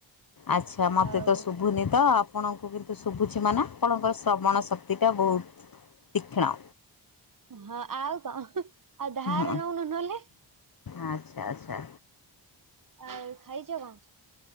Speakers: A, on the left; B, on the right.
A: ଆଚ୍ଛା ମୋତେ
B: ଆଉ
A: ତ ସୁ ଶୁଭୁନି ତ ଆପଣଙ୍କୁ କିନ୍ତୁ ଶୁଭୁଛି ମାନ ଆପଣଙ୍କର ଶ୍ରବଣ ଶକ୍ତିଟା ବହୁତୁ ତିଖିଣ।
B: ହଁ ଆଉ କ ଉହୁଁ। ଆଉ ଧାରେ
A: ହଁ
B: ନଉନୁ ନହେଲେ।
A: ଆଚ୍ଛା ଆଚ୍ଛା।
B: ଆଉ ଖାଇଛ କଣ?